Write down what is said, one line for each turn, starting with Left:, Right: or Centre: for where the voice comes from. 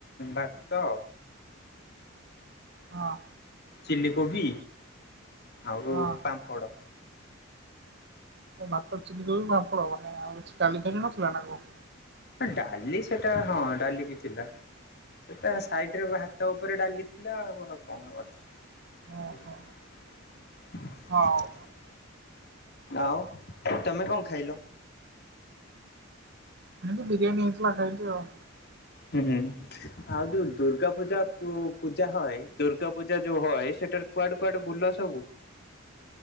Left: ବାତ
Right: ହଁ
Left: ଚିଲ କୋବି, ଆଉ
Right: ହଁ
Left: ପାମ୍ପଡ଼।
Right: ଭାତ, ଚିଲି କୋବି, ପାମ୍ପଳ ମାନେ ଆଉ ଡାଲି ଫାଲି ନଥିଲା ନା କଣ?
Left: ଡାଲି ସେଟା ହଁ ଡାଲି ବି ଥିଲା ସେଟା ସାଇଡରେ ବା ଭାତ ଉପରେ ଡାଲି ଥିଲା ଆଉ କଣ ଅଛି? <unintelligible>
Right: ଓହୋ ହଉ
Left: ଆଉ ତମେ କଣ ଖାଇଲ?
Right: ଆଗ ବିରିଆନି ହେଇଥିଲା ଖାଇଲି ଆଉ।
Left: ହୁଁ ହୁଁ ଆଉ ଯୋଉ ଦୁର୍ଗା ପୂଜା ପୂଜା ହଏ ଦୁର୍ଗା ପୂଜା ଯୋଉ ହଏ ସେଟାରେ କୁଆଡେ କୁଆଡେ ବୁଲ ସବୁ?